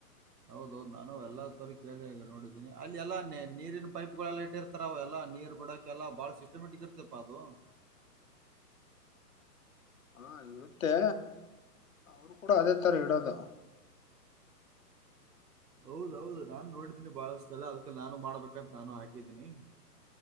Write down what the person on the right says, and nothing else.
ಹೌದೌನಾನು ಎಲ್ಲ ತೋರಿ ಕೇಳಿ ನೋಡಿದ್ದೀನಿ ಅಲ್ಲಿ ಎಲ್ಲಾ ನೀರಿನ ಪೈಪ್ ಗಳೆಲ್ಲ ಇಟ್ಟಿರ್ತಾರೆ ಅವೆಲ್ಲಾ ನೀರ್ ಕೂಡ ಎಲ್ಲ ಬಾಳ ಸಿಸ್ಟಮ್ಯಾಟಿಕ್ ಇರ್ತೈಪಾ ಅದು
ಹೌದೌದು ನಾನು ನೋಡಿದ್ದೀನಿ ಬಾಳಷ್ಟ ಅಲ್ಲ ಅದ್ಕಲ್ಲಿ ನಾನು ಮಾಡ್ಬೇಕಂತ ನಾನು ಹಾಕಿದ್ದೀನಿ